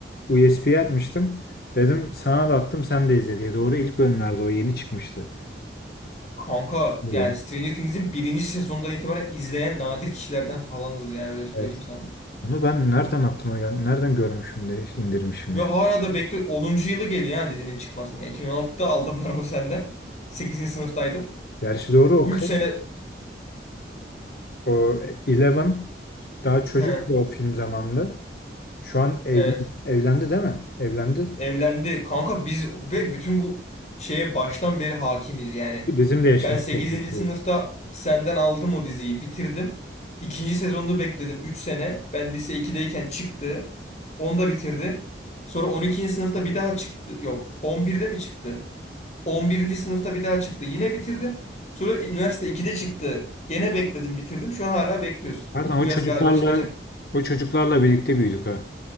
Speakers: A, on the left; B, on the left.
A: USB'ye atmıştım. Dedim sana da attım sen de izle diye. Doğru ilk bölümlerde o yeni çıkmıştı.
B: Kanka
A: Evet.
B: yani Stranger Things'in birinci sezondan itibaren izleyen nadir kişilerden falanız ya öyle söyleyeyim
A: Evet.
B: sana.
A: Onu ben nereden aklıma gel nereden görmüşüm de indirmişim
B: Ve
A: ya.
B: hala da bekle 10. yılı geliyor ya dizinin çıkmasına. Yani 2016'da aldım ben onu senden. Sekizinci sınıftaydım.
A: Gerçi doğru o
B: Üç
A: kız
B: sene
A: o Eleven daha çocuktu
B: he
A: o film zamanında. Şu an evli,
B: evet
A: evlendi değil mi? Evlendi.
B: Evlendi. Kanka biz ve bütün bu şeye baştan beri hakimiz yani.
A: Ki Bizim de yaşımız
B: Ben sekizinci
A: çok büyük
B: sınıfta
A: değil.
B: senden aldım o diziyi bitirdim. İkinci sezonunu bekledim 3 sene. Ben lise iki'deyken çıktı. Onu da bitirdim. Sonra on ikinci sınıfta bir daha çıktı. Yok On birde mi çıktı? On birinci sınıfta bir daha çıktı. Yine bitirdim. Sonra üniversite iki'de çıktı. Gene bekledim bitirdim. Şu an hala bekliyoruz.
A: Pardon
B: Bu
A: o
B: yaz
A: çocuklarla
B: galiba çıkacak.
A: o çocuklarla birlikte büyüdük ha.